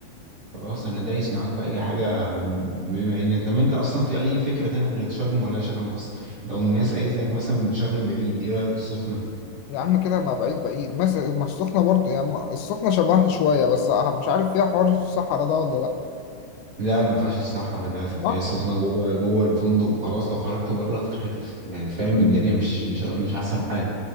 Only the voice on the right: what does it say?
خلاص انا دايس معاك في اي حاجه بما ان طب انت اصلا في اي فكره تانية غير شرم ولا شرم بس لو الناس قالت لك مثلا شرم بعيد ايه رايك السخنه
لا ما فيهاش الصحراء للاسف
هي السخنه جوه جوه الفندق وخلاص لو خرجت بره تتخطف يعني فاهم الدنيا مش مش مش احسن حاجه